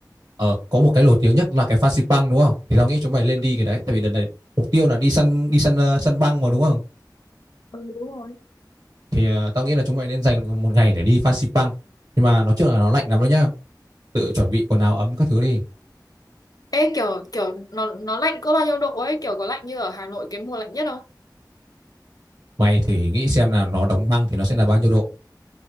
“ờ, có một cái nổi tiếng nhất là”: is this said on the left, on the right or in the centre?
Right